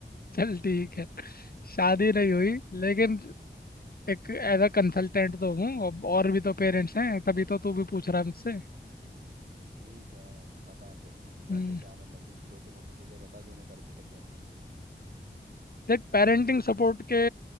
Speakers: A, on the left; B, on the right.
A: चल ठीक है शादी नहीं
B: हाँ
A: हुई लेकिन एक एज अ कंसल्टेंट तो हूँ अब और भी तो पेरेंट्स हैं तभी तो तू भी पूछ रहा है मुझसे
B: ठीक है बता फिर कैसे
A: हम्म
B: क्या मतलब कुछ छोटी मोटी चीज़ें बता जो मैं कर भी सकूं
A: देख पेरेंटिंग सपोर्ट के